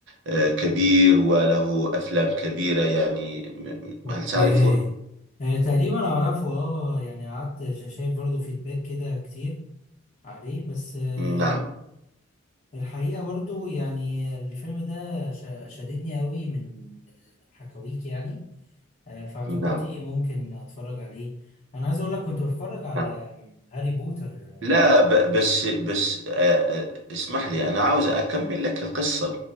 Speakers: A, on the right; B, on the left.
A: آه، كبير وله أفلام كبيرة يعني م-
B: اوكي
A: م- هل تعرفه؟
B: آه تقريبا اعرفه اه يعني قعدت شا- شايف برضو فيدباك كده كتير عليه بس آه
A: نعم
B: الحقيقة برضو يعني الفيلم ده شا- شددني قوي من الحكاويك يعني آه في اعتقادي
A: نعم
B: ممكن اتفرج عليه انا عايز اقول لك كنت بتفرج على
A: نعم
B: هاري بوتر
A: لا ب- بس بس آه، آه، اسمح لي أنا عاوز أكمل لك القصة